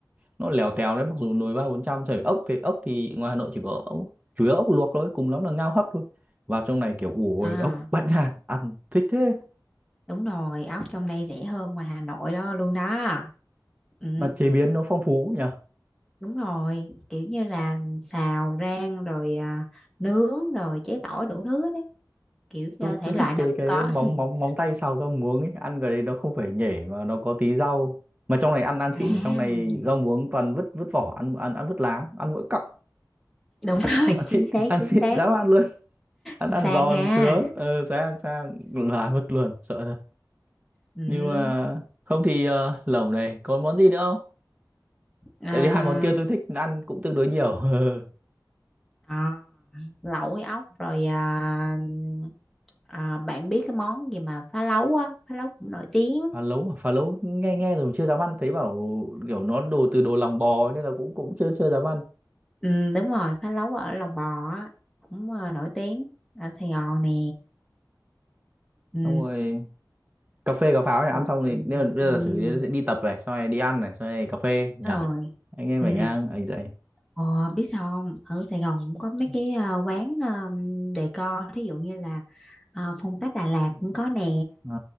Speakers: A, on the right; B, in the centre.
A: nó lèo tèo đấy mặc dù nồi ba bốn trăm trời ốc thì ốc thì ngoài Hà Nội chỉ có ốc, chủ yếu ốc luộc thôi cùng lắm là ngao hấp thôi vào trong này kiểu ủ
B: à
A: ồi ốc bãnh hạt ăn thích thế
B: đúng rồi ốc trong đây rẻ hơn ngoài Hà Nội đó luôn đó ừ
A: mà chế biến nó phong phú nhỉ
B: đúng rồi kiểu như là xào rang rồi à, nướng rồi chế tỏi đủ thứ hết đấy kiểu như
A: tôi
B: thể
A: tôi
B: loại
A: thích
B: nào
A: cái
B: cũng
A: cái
B: có
A: móng
B: <laughs>
A: móng móng tay xào rau muống ấy ăn cái đấy nó không phải nhể mà nó có tí rau mà trong này ăn ăn
B: à
A: xịn thì trong này rau muống toàn vứt vứt vỏ ăn ăn ăn vứt lá ăn mỗi cọng
B: đúng rồi
A: ăn
B: <laughs>
A: xịn
B: chính xác
A: <laughs> ăn
B: chính
A: xịn
B: xác
A: dám ăn luôn ăn
B: Con
A: ăn
B: sang
A: giòn
B: ha
A: sướng ờ sang sang là vứt luôn sợ thật
B: ừ
A: nhưng mà không thì ờ, lẩu này còn món gì nữa không
B: à,
A: tại vì hai món kia tôi thích ăn cũng tương đối nhiều <laughs>
B: à, lẩu với ốc rồi à, À, bạn biết cái món gì mà phá lấu á, phá lấu cũng nổi tiếng.
A: phá lấu à? phá lấu nghe nghe rồi chưa dám ăn thấy bảo kiểu nó đồ từ đồ lòng bò ấy, nên là cũng cũng chưa chưa dám ăn
B: Ừ, đúng rồi, phá lấu ở Lòng Bò á, cũng ờ, nổi tiếng ở Sài Gòn nè. Ừ,
A: xong rồi cà phê cà pháo nhỉ ăn
B: đọc-
A: xong
B: ừ,
A: thì bây giờ bây
B: ừ,
A: giờ giả
B: đúng
A: sử như sẽ đi tập này xong rồi đi ăn này xong rồi cà phê nhỉ
B: rồi.
A: anh em
B: Ừ.
A: phải ngang anh dậy
B: Ờ, biết sao không? Ở Sài Gòn cũng có mấy cái ờ, quán um, decor, thí dụ như là ờ, phong cách Đà Lạt cũng có nè,
A: Ờ.